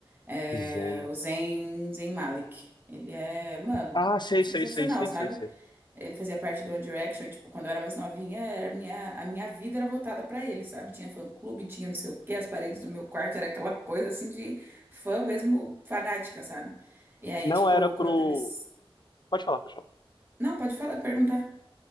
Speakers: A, on the right; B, on the left.
A: é
B: Zen.
A: o Zen, Zen Malik. Ele é, mano,
B: Ah, sei,
A: sensacional,
B: sei, sei, sei,
A: sabe?
B: sei, sei.
A: Ele fazia parte do One Direction, e, tipo, quando eu era mais novinha, era a minha, a minha vida era voltada pra ele, sabe? Tinha fã-clube, tinha não sei o quê, as paredes do meu quarto, era aquela coisa, assim, de fã mesmo fanática, sabe? E aí,
B: Não
A: tipo,
B: era pro.
A: quando eles...
B: Pode falar, pessoal.
A: Não, pode falar, perguntar.